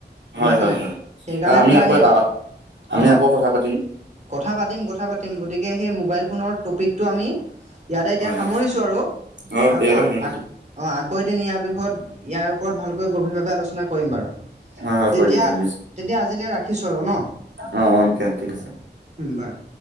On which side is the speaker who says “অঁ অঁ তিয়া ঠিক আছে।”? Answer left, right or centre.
Right